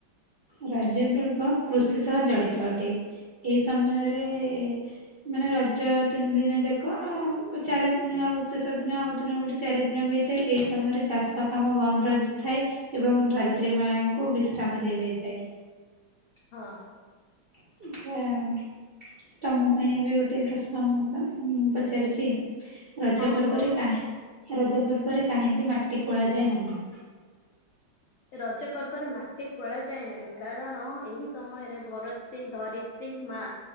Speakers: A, on the right; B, on the left.
A: ରଜ ପର୍ବ କୃଷି ସହ ଜଡିତ ଅଟେ ଏଇ ସମୟରେ ମାନେ ରଜ ତିନ ଦିନ ଯାକ ଆଉ ଚାରି ଦିନ ଆଉ ଶେଷ ଦିନ ଆଉ ଦିନ ଗୋଟେ ଚାରି ଦିନ ବି ହେଇଥାଏ ଏଇ ସମୟରେ ଚାଷ କାମ ବନ୍ଦ ରହିଥାଏ। ଏବଂ ଧରିତ୍ରୀ ମାଙ୍କୁ ବିଶ୍ରାମ ଦିଆଯାଇଥାଏ।
B: ହଁ।
A: ଆଚ୍ଛା ତମ ପାଇଁ ଏବେ ଗୋଟିଏ ପ୍ରଶ୍ନ ମୁଁ ପା ମୁଁ ପଚାରୁଛି। ରଜ
B: ହଁ
A: ପର୍ବରେ
B: କୁହ।
A: କା ରଜ ପର୍ବରେ କାହିଁକି ମାଟି ଖୋଳା ଯାଏ ନାହିଁ?
B: ରଜ ପର୍ବରେ ମାଟି ଖୋଳାଯାଏ ନାହିଁ କାରଣ ଏହି ସମୟରେ ଧରତ୍ରୀ ଧରି ତ୍ରୀ ମା